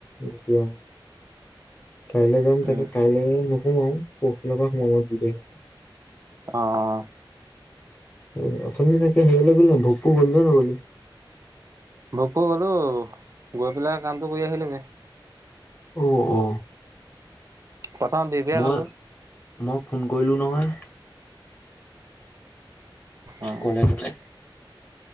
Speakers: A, on the left; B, on the right.
A: গুচি আহিম। কাইলৈ যাম,
B: উম
A: তাকে কাইলৈ নোসোমাও, পৰখিলে পৰা সুমাম আউ, দুই তাৰিখ।
B: অ',
A: উ অথম তাকে হেইলে বুলি ন ভকো গল ন বুলি
B: ভকো গলো গৈ পেলাই কামটো কৰি আহিলগে
A: অ অ
B: প্ৰথম বিবিয়া
A: মই
B: গলো
A: মই ফোন কৰিলো নহয়
B: অ
A: কলে কলে